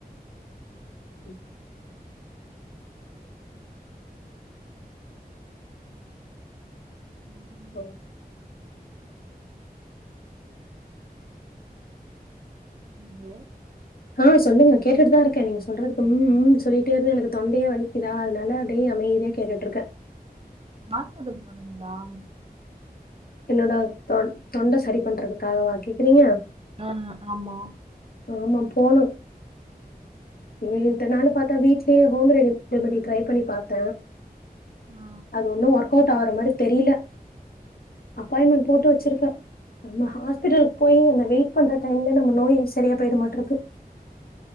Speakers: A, on the left; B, on the right.
A: ம்
B: ம்
A: ஓ
B: ஹலோ
A: ஹலோ சொல்லுங்க கேட்டுட்டுதா இருக்க நீங்க சொல்றதுக்கு ம் ம் சொல்லிட்டே இருந்து எனக்கு தொண்டையே வலி க்குதா அதனால அப்டியே அமைதியா கேட்டுட்ருக்கே
B: மாத்திரை <unintelligible> போனீங்களா
A: என்னோட தொண் தொண்ட சரிப் பண்றதுக்காகவா கேக்குறீங்க
B: அஹா ஆமா
A: ஆமா போனும் ம் இத்தநாள் பாத்தா வீட்லே ஹோம் ரெ ரெமிடி ட்ரை பண்ணி பாத்த
B: ஆ
A: அது ஒன்னும் ஒர்க் அவுட் ஆகுற மாரி தெரியல அப்பாயிமெண்ட் போட்டு வச்சிருக்க நம்ம ஹாஸ்பிட்டலுக்கு போயி அந்த வெயிட் பண்ற டைம்ல நம்ம நோய் சரியா போயிடு மாட்ருக்கு